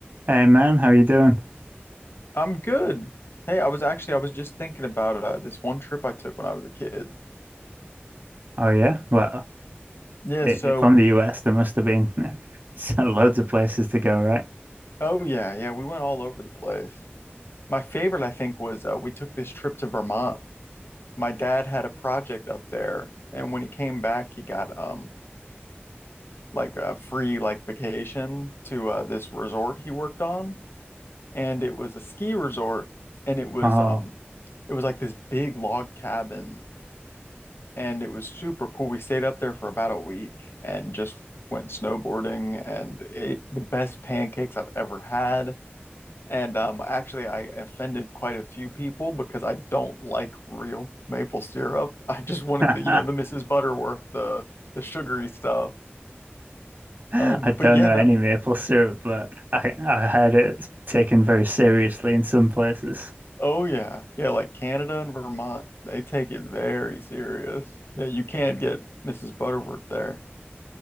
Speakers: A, on the right; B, on the left.
A: Hey man, how you doing?
B: I'm good. Hey, I was actually I was just thinking about uh, this one trip I took when I was a kid.
A: Oh yeah, well,
B: Yeah,
A: it,
B: so
A: it- from the US, there must have been <laughs> so loads of places to go, right?
B: oh yeah, yeah, we went all over the place. My favorite, I think, was uh, we took this trip to Vermont. My dad had a project up there, and when he came back, he got um like a free like vacation to uh, this resort he worked on, and it was a ski resort, and it was
A: Oh,
B: um it was like this big log cabin and it was super cool. We stayed up there for about a week and just went snowboarding and ate the best pancakes I've ever had. And um, actually, I offended quite a few people because I don't like real maple syrup. <laughs> I just wanted
A: <laughs>
B: the, you know, the Mrs. Butterworth, the the sugary stuff.
A: I
B: Um,
A: don't
B: but yeah,
A: know
B: that,
A: any maple syrup, but I I heard it's taken very seriously in some places.
B: oh yeah, yeah, like Canada and Vermont, they take it very serious. Yeah, you can't get Mrs. Butterworth there.